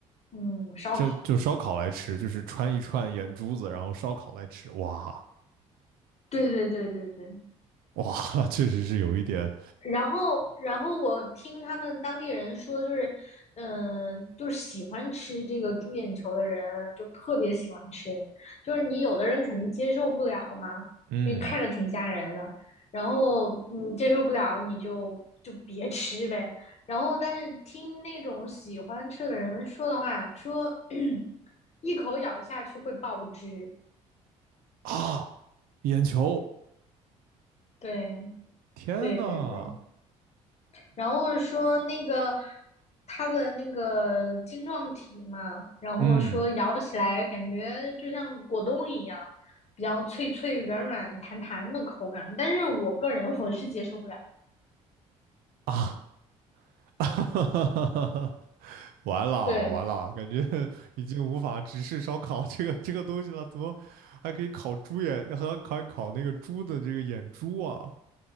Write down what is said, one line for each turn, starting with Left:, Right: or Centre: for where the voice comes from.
Left: 嗯烧烤。
Right: 这就烧烤来吃，就是穿一串眼珠子，然后烧烤来吃，哇
Left: 对对对对对，
Right: 哇，<laughs> 确实是有一点，
Left: 然后，然后我听他们当地人说，就是，嗯、呃就是喜欢吃这个猪眼球的人，就特别喜欢吃。就是你有的人肯定接受不了嘛，
Right: 嗯
Left: 因为看着挺吓人的。然后，你接受不了你就就别吃呗。然后，但是听那种喜欢吃的人说的话，说 <clears throat> 一口咬下去会爆汁。
Right: 啊，眼球，
Left: 对，
Right: 天呐，
Left: 对，对，对。然后说那个它的那个晶状体嘛，然后说咬起来感觉就像果冻一样，
Right: 嗯
Left: 比较脆脆、软软、弹弹的口感。但是我个人 <laughs> 我是接受不了。
Right: 啊，<laughs> 完了完了，
Left: 对，
Right: 感觉已经无法直视烧烤这个这个东西了，怎么还可以烤猪眼，还烤烤那个猪的这个眼珠啊？